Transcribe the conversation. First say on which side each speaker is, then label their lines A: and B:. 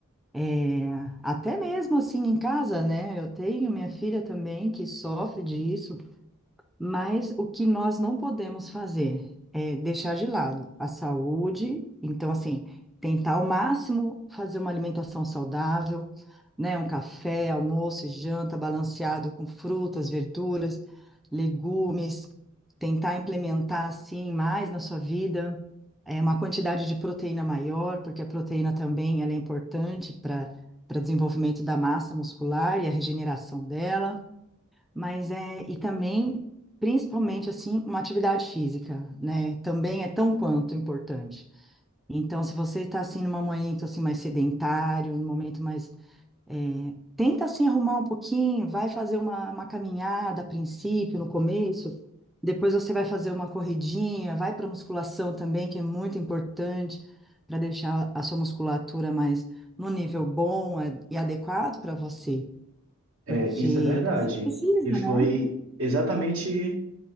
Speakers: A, in the centre; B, on the right.
A: é, até mesmo assim em casa, né? Eu tenho minha filha também que sofre disso. Mas o que nós não podemos fazer é deixar de lado a saúde, então, assim, tentar ao máximo fazer uma alimentação saudável, né? Um café, almoço, e janta balanceado com frutas, verduras, legumes, tentar implementar, assim, mais na sua vida, é, uma quantidade de proteína maior, porque a proteína também ela é importante para para desenvolvimento da massa muscular e a regeneração dela. Mas é, e também, principalmente assim, uma atividade física, né? Também é tão quanto importante. Então, se você está assim num momento assim mais sedentário, num momento mais é, tenta assim arrumar um pouquinho, vai fazer uma, uma caminhada a princípio, no começo, depois você vai fazer uma corridinha, vai para musculação também, que é muito importante para deixar a sua musculatura mais no nível bom é, e adequado para você,
B: É,
A: porque
B: isso é verdade.
A: você precisa,
B: E foi
A: né?
B: exatamente